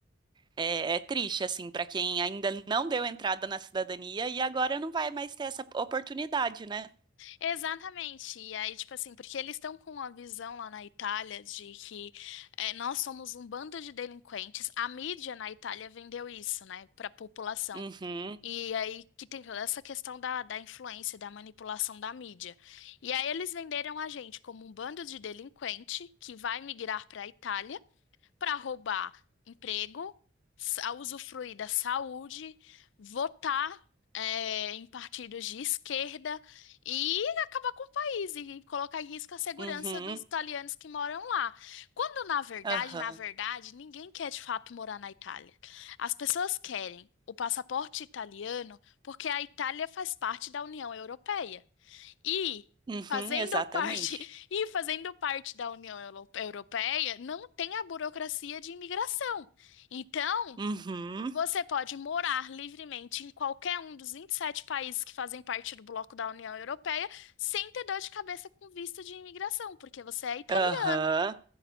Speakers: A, on the right; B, on the left.
A: É, é triste assim para quem ainda não deu entrada na cidadania e agora não vai mais ter essa oportunidade, né?
B: Exatamente. E aí, tipo assim, porque eles estão com uma visão lá na Itália de que eh, nós somos um bando de delinquentes. A mídia na Itália vendeu isso, né, para a população.
A: Uhum,
B: E aí que tem toda essa questão da, da influência, da manipulação da mídia. E aí eles venderam a gente como um bando de delinquente que vai migrar para a Itália para roubar emprego, sa- usufruir da saúde, votar é, em partidos de esquerda e acabar com o país e colocar em risco a segurança
A: uhum,
B: dos italianos que moram lá. Quando, na verdade,
A: aham,
B: na verdade, ninguém quer de fato morar na Itália. As pessoas querem o passaporte italiano porque a Itália faz parte da União Europeia. E
A: uhum,
B: fazendo
A: exatamente.
B: parte, <laughs> e fazendo parte da União Euro- Europeia, não tem a burocracia de imigração. Então,
A: Uhum,
B: você pode morar livremente em qualquer um dos 27 países que fazem parte do bloco da União Europeia, sem ter dor de cabeça com visto de imigração, porque você é italiano.
A: aham.